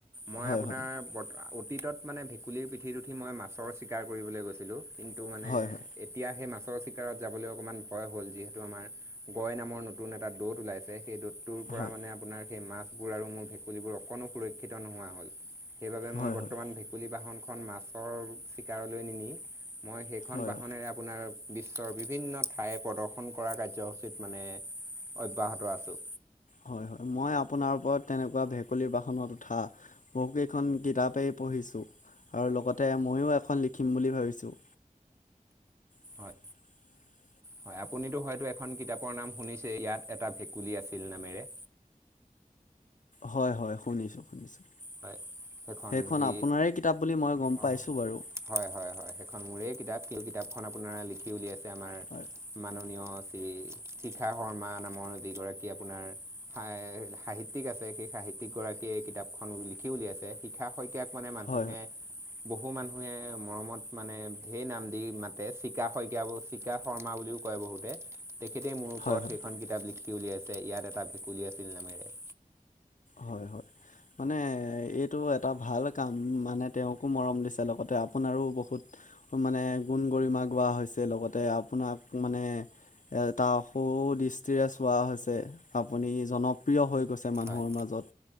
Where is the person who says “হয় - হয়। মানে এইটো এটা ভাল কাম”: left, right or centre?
Left